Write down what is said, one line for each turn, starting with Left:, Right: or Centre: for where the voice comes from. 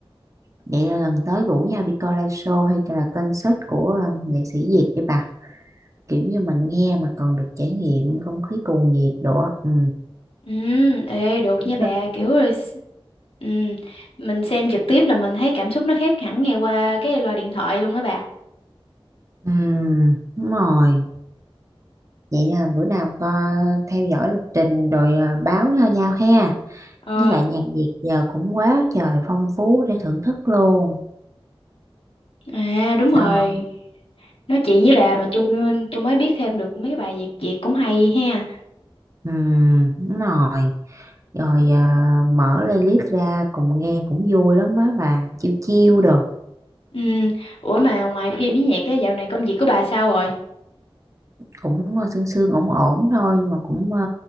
Right: Vậy là lần tới rủ nhau đi coi live show hay là concert của ờ, nghệ sĩ Việt đi bà. Kiểu như mà nghe mà còn được trải nghiệm không khí cuồng nhiệt đồ á. Ừ.
Left: Ừ, ê được
Right: Ừ.
Left: nha bà, kiểu rồi s- ừ, mình xem trực tiếp là mình thấy cảm xúc nó khác hẳn nghe qua cái loa điện thoại luôn á bà.
Right: Ừ, đúng rồi. Vậy là bữa nào có theo dõi lịch trình rồi à, báo cho nhau ha.
Left: Ờ,
Right: Với lại nhạc Việt giờ cũng quá trời phong phú để thưởng thức luôn.
Left: à đúng rồi.
Right: Ờ,
Left: Nói chuyện với bà mà tôi tôi mới biết thêm được mấy cái bài Việt Việt cũng hay ha.
Right: ừ, đúng rồi. Rồi à, mở playlist ra cùng nghe cũng vui lắm á bà. Chiêu chiêu đồ.
Left: Ừ, ủa mà ngoài phim với nhạc cái dạo này công việc của bà sao rồi?
Right: Cũng à, sương sương ổn ổn thôi nhưng mà cũng à,